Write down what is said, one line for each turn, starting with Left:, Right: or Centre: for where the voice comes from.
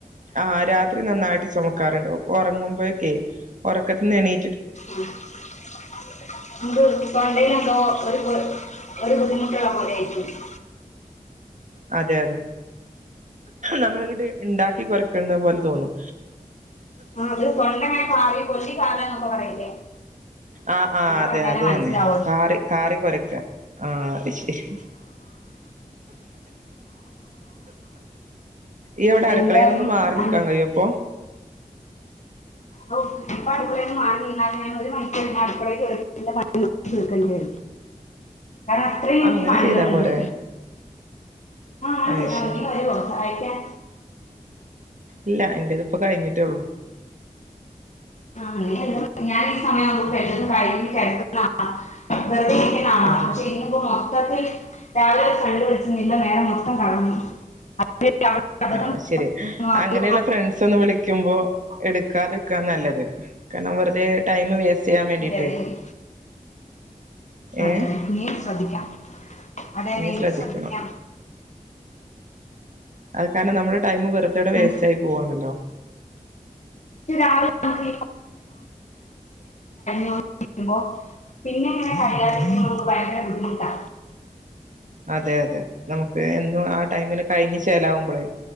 Right: ആ രാത്രി നന്നായിട്ട് ചുമക്കാറുണ്ട് ഉറങ്ങുമ്പോഴക്കെ ഉറക്കത്തിന്ന് എണീ
Left: ആ <unintelligible> പണ്ടേയുണ്ടോ ഒര് <unintelligible> ഒര് ബുദ്ധിമുട്ടുള്ള പോലെ ആയിരിക്കും
Right: അതെ അതെ നമ്മള ഇവിടെ ഉണ്ടാക്കി കുരക്കുന്നത് പോലെ തോന്നും
Left: ആ അത് തൊണ്ടങ്ങനെ കാറി കൊല്ലിക്കറന്നൊക്കെ പറയില്ലേ
Right: ആ ആ
Left: അങ്ങനെ
Right: അതെ
Left: പറഞ്ഞാലേ
Right: അത്
Left: മനസ്സിലാവുള്ളൂ
Right: തന്നെ കാറി കാറി കുരക്ക ആ ശരി ഈ വടെ അടുക്കളേന്ന്
Left: എന്തായാലും
Right: ഒന്ന് മാറി നിക്കാൻ
Left: ഉം
Right: കയ്യോ ഇപ്പൊ
Left: ഔ ഇപ്പ അടുക്കളേന്ന് മാറി നിന്നാല് ഞാൻ ഒരു മണി <unintelligible> ക്കളെ കേറി പിന്നെ പണിട്ത്ത് തീർകണ്ടയരും കാരണം അത്രയും
Right: ആ
Left: എനിക്ക്
Right: അങ്ങനെ
Left: പണികള്ണ്ട്
Right: ചെയ്താ പോരെ
Left: ആഹ് അങ്ങന
Right: അത്
Left: ചെയ്താ
Right: ശരി
Left: മതി നീ വരോ സഹായിക്കാൻ
Right: ഇല്ല എന്റേത് ഇപ്പ കഴിഞ്ഞിട്ടേ ള്ളൂ
Left: ആ ഞാൻ ഈ സമയമാവുമ്പോക്ക് എല്ലതുംകഴിഞ്ഞ് കിടക്കന്ന ആളാ വെറുതെ ഇരിക്കുന്നയാളാ
Right: അതെ
Left: പക്ഷേ ഇന്നിപ്പം മെ മൊത്തത്തി രാവിലെ ഒര് ഫ്രണ്ട് വിളിച്ച് ഇല്ലനേരം മൊത്തം കളഞ്ഞു അതിൽ അവിടെ അബദ്ധം
Right: ആ ശരി
Left: പറ്റുന്നു, അത്
Right: അങ്ങനെയുള്ള ഫ്രണ്ട്സ് ഒന്നും വിളിക്കുമ്പോ എടുക്കാതെ ക്കാ നല്ലത് കാരണം വെറുതെ ടൈം വേസ്റ്റ് ചെയ്യാൻ വേണ്ടിട്ട്
Left: അതെ അതെ
Right: ഏ
Left: അതെ അതെ ഇനിയും ശ്രദ്ധിക്കാം അതെതെ
Right: ഇനി
Left: ഇനിം
Right: ശ്രദ്ധിക്കണം
Left: ശ്രദ്ധിക്കാം
Right: അത് കാരണം നമ്മുടെ ടൈം വെറുതവിടെ വേസ്റ്റ്
Left: ഉം.
Right: ആയി പോവാണല്ലോ
Left: ഇക്ക് രാവിലെ നമ്മളീ നീക്കുമ്പം ല്ലേ <unintelligible> പിന്നെങ്ങനെ കഴിയാതിരിക്കുമ്പോ
Right: ആ
Left: നമുക്ക് ഭയക്കരബുദ്ധിമുട്ടാ
Right: അതെ അതെ നമുക്ക് എന്നും ആ ടൈമ്ന് കഴിഞ്ഞ് ചേലാവുമ്പോളേ